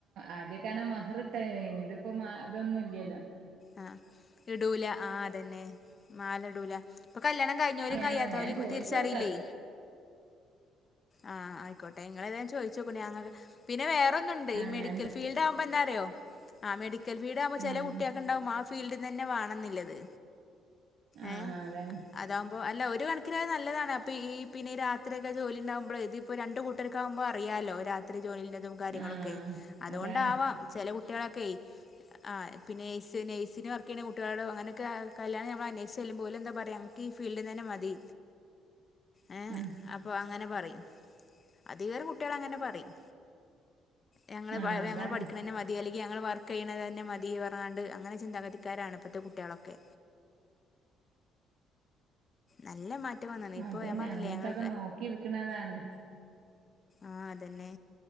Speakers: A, on the right; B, on the left.
A: ആദ്യമൊക്കെ കാണാൻ മഹറിട്ടയാരുന്നു ഇനി ഇതിപ്പോ അതൊന്നും ഇല്ലല്ലോ
B: ആ ഇടൂല ആ അതന്നെ മാലടൂല ഇപ്പൊ കല്യാണം കഴിഞ്ഞവരും
A: ഞാന്
B: കഴിയാത്തവരും
A: ഞാൻ ചോയിച്ചോക്കാം
B: തിരിച്ചറീല്ലേ ആഹ് ആയിക്കോട്ടെ നിങ്ങൾ എതയാലും ചോദിച്ചോക്ക ഞങ്ങൾക്ക് പിന്നെ വേറെന്നുണ്ട് ഈ
A: ആ
B: മെഡിക്കൽ
A: ഞാൻ
B: ഫീൽഡ് ആമ്പോ എന്താല റിയോ ആ മെഡിക്കൽ ഫീൽഡ് ആകുമ്പോ ചെല
A: ഉം
B: കുട്ടികൾക്ക് ഉണ്ടാവും ആ ഫീൽഡിനെന്നെ വാണംനിള്ളത്
A: ആ ആ,
B: ഏ
A: അതാണ്
B: അതാവുമ്പോ അല്ല ഒരു കണക്കിനത് നല്ലതാണ്. പ്പി ഈ പിന്നെ ഈ രാത്രിയൊക്കെ ജോലിണ്ടാവുമ്പളെ ഇതിപ്പോ രണ്ട് കൂട്ടർക്കാവുമ്പോ അറിയാലോ രാത്രി ജോലിള്ളത്. തും കാര്യങ്ങളൊക്കെ
A: ആ
B: അതുകൊണ്ടാവാം
A: അതാണ്
B: ചെല കു ട്ട്യാളൊക്കെയ് ആ പിന്നെ നേഴ്സ് നേഴ്സിന് വർക്ക് ചെയ്യണ കുട്ടികളോ അങ്ങനൊക്കെ കല്യാണം മ്മൾ അന്വേഷിച്ചല്ലുമ്പോ ഓലെന്താ പറയുക നക്കി ഫീൽഡിന്നന്നെ മതി. ഏ
A: ആ
B: അപ്പ അങ്ങനെ പറിം അധികേറെ കുട്ടികളങ്ങനെ പറയും. ഞങ്ങള്
A: ആ അതാണ്
B: ഞങ്ങള് പഠിക്കണെന്നെ മതി അല്ലെങ്കി ഞങ്ങള് വർ ക്കെയ്ണതന്നെ മതി പറഞ്ഞ്ങ്ങാണ്ട് അങ്ങനെ ചിന്താഗതിക്കാരാണ് ഇപ്പഴ്ത്തെ കുട്ടികളൊക്കെ. നല്ല മാറ്റം വന്നാണ് ഇപ്പോൾ
A: അതന്നെ
B: ഞാൻ പറഞ്ഞില്ലേ
A: അങ്ങൻത്തൊക്കെ
B: ഞങ്ങൾ
A: നോക്കി ഇടുക്കണതാണ്.
B: ആ അതന്നെ